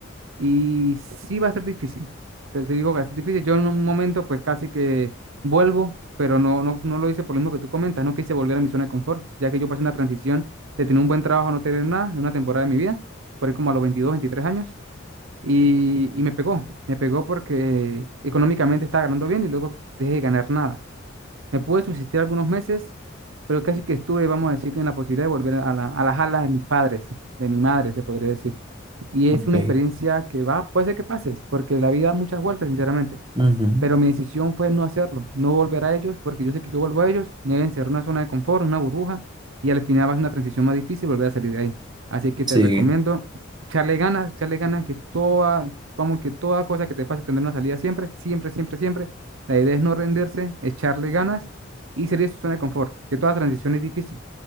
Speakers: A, on the right; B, on the right.
A: y sí va a ser difícil. Te digo que va a ser difícil. Yo en un momento pues casi que vuelvo, pero no, no, no lo hice por lo mismo que tú comentas. No quise volver a mi zona de confort, ya que yo pasé una transición de tener un buen trabajo a no tener nada en una temporada de mi vida, por ahí como a los 22 23 años. Y, y me pegó, me pegó porque económicamente estaba ganando bien y luego dejé de ganar nada. Me pude subsistir algunos meses, pero casi que estuve, vamos a decir, en la posibilidad de volver a la, a las alas de mis padres, de mi madre, se podría decir. Y es
B: Ok.
A: una experiencia que va, puede ser que pases, porque la vida da muchas vueltas, sinceramente.
B: Ujú.
A: Pero mi decisión fue no hacerlo, no volver a ellos, porque yo sé que yo vuelvo a ellos, me deben ser una zona de confort, una burbuja, y al final va a ser una transición más difícil volver a salir de ahí. Así que te
B: Sí,
A: recomiendo echarle ganas, echarle ganas, que toda, vamos, que toda cosa que te pase tendrá una salida siempre, siempre, siempre, siempre. La idea es no rendirse, echarle ganas y salir de su zona de confort, que toda transición es difícil,